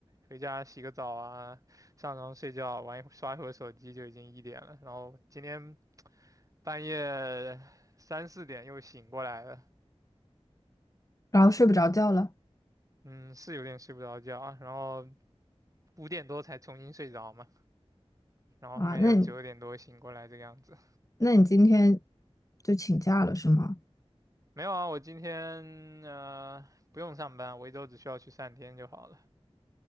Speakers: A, on the right (about 30°); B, on the left (about 30°).
A: 回家洗个澡啊，上床睡觉，玩一会刷一会儿手机就已经一点了，然后今天半夜三四点又醒过来了，
B: 然后睡不着觉了
A: 嗯，是有点睡不着觉啊，然后五点多才重新睡着嘛，然后后面又九点多醒过来这个样子，
B: 啊。那你那你今天就请假了是吗？
A: 没有啊，我今天呃不用上班，我一周只需要去三天就好了。